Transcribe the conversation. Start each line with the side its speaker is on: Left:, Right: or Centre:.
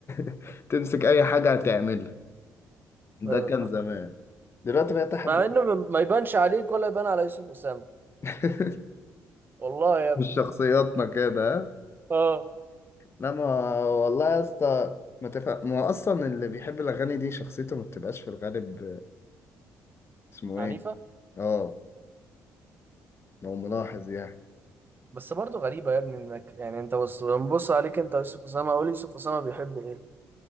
Left: <laughs> تمسك أي حاجة هتعملها ده
Right: ايوه
Left: كان
Right: فاهم
Left: زمان دلوقتي بقيت احب
Right: مع انه ما يبانش عليك ولا يبان على يوسف اسامه
Left: <laughs>
Right: والله يا
Left: مش
Right: ابني
Left: شخصياتنا كده ها؟
Right: اه
Left: لا ما والله يا اسطى ما تفهم ما هو اصلا اللي بيحب الاغاني دي شخصيته ما بتبقاش في الغالب اسمه
Right: عنيفه
Left: ايه اه لو ملاحظ يعني
Right: بس برضه غريبة يا ابني انك يعني انت بص بنبص عليك انت يوسف اسامة قول يوسف اسامة بيحب ايه؟ يوسف